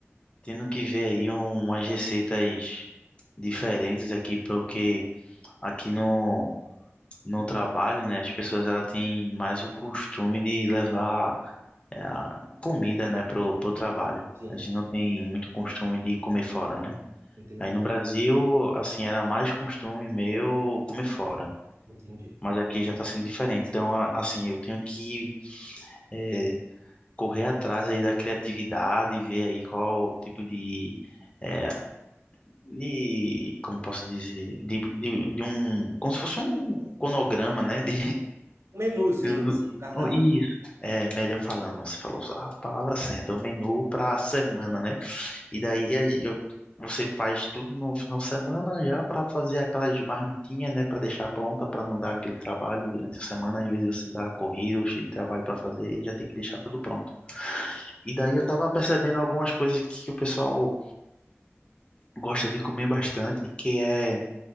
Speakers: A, on the left; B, on the right.
A: tendo que ver aí umas receitas diferentes aqui, porque aqui no no trabalho, né, as pessoas ela têm mais o costume de levar é, a comida, né, pro, pro trabalho.
B: Sim,
A: A gente não tem muito costume de comer fora, né?
B: entendi,
A: Aí no Brasil, assim, era mais costume meu comer fora,
B: entendi.
A: mas aqui já está sendo diferente. Então, a- assim, eu tenho que é, correr atrás aí da criatividade e ver aí qual tipo de é, de, como posso dizer, de, de, de um, como se fosse um conograma, né, de,
B: Um menuzinho,
A: Deus do...
B: assim, um cardápio.
A: Oh, Isso, é melhor falando, você falou a palavra certa, o menu para a semana, né? E daí aí, eu, você faz tudo no final de semana já para fazer aquelas marmitinhas, né? Para deixar pronta, para não dar aquele trabalho durante a semana. Às vezes você dá corrido, cheio de trabalho para fazer e já tem que deixar tudo pronto. E daí eu tava percebendo algumas coisas que o pessoal gosta de comer bastante, que é